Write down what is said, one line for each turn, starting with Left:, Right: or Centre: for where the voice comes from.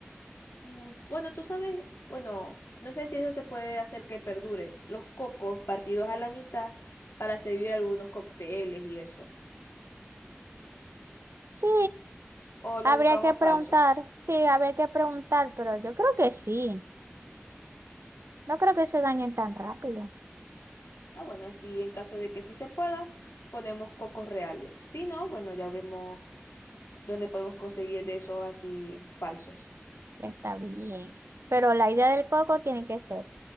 Left: Mm, Bueno, tú sabes, bueno, no sé si eso se puede hacer que perdure. Los cocos partidos a la mitad para servir algunos cócteles y eso.
Right: Sí,
Left: O los
Right: habría
Left: buscamos
Right: que preguntar.
Left: falsos.
Right: Sí, habría que preguntar, pero yo creo que sí. No creo que se dañen tan rápido.
Left: Ah, bueno, sí, en caso de que sí se pueda, ponemos cocos reales. Si no, bueno, ya vemos dónde podemos conseguir de esos así falsos.
Right: Está bien. Pero la idea del coco tiene que ser.